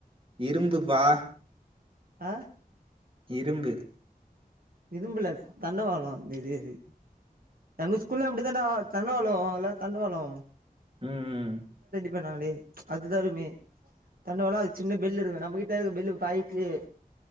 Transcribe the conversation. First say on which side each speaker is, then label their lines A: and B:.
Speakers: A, on the right; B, on the right.
A: இரும்புப்பா
B: ஆ
A: இரும்பு
B: இரும்புல்ல தண்டவாளோ அ இது இது எங்க ஸ்கூல்லாயு அப்டி தான்டா தண்டவாளோ இல்ல தண்டவாளோ
A: ம்
B: பண்ணுவாங்களே அதுதா அதுமே தண்டவாளோ அது சின்ன பில்லு இருக்கு நம்மகிட்ட இருக்கு பில்லு பாயிட்லேயே